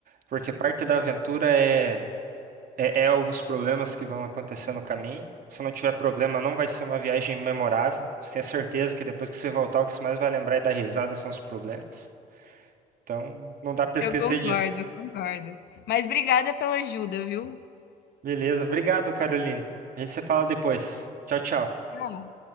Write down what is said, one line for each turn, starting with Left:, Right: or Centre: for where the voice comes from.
Right: porque parte da aventura é É, é os problemas que vão acontecer no caminho. Se não tiver problema, não vai ser uma viagem memorável. Você tem a certeza que depois que você voltar, o que você mais vai lembrar e dar risada são os problemas. Então, não dá pra esquecer
Left: Eu concordo,
Right: disso.
Left: eu concordo. Mas obrigada pela ajuda, viu?
Right: Beleza, obrigado, Caroline. A gente se fala depois. Tchau, tchau.
Left: Tchau.